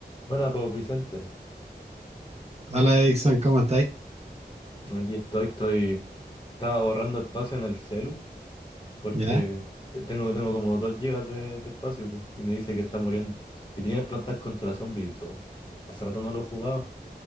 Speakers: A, on the left; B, on the right.
A: Bueno, pues Vicente,
B: Hola Dixon, ¿cómo estáis?
A: aquí estoy, estoy, estaba borrando espacio en el celu porque
B: ¿Ya?
A: te- tengo, tengo como 2 gigas de, de espacio pu, y me dice que está muriendo. Y tenía el Plantas contra Zombies dos. Hace rato no lo jugaba,